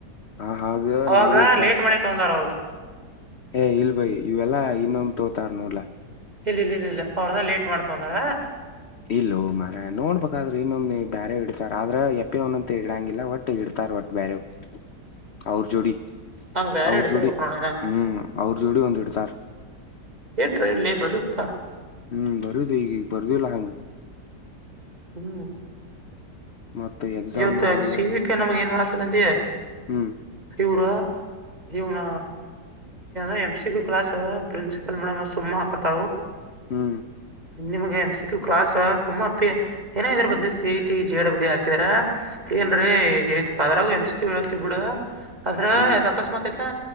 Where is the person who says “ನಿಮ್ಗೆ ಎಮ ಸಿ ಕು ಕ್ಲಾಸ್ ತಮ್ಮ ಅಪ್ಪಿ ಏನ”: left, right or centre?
Right